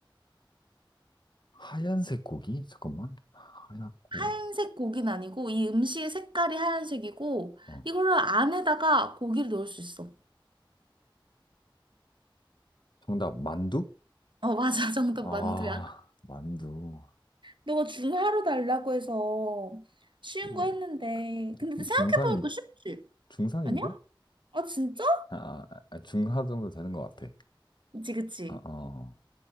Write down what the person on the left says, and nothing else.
하얀색 고기? 잠깐만. 하얗고.
어.
정답, 만두?
아,
만두.
이거
중상인,
중상인데?
아, 아, 아, 중하 정도 되는 것 같아.
아, 어. 어.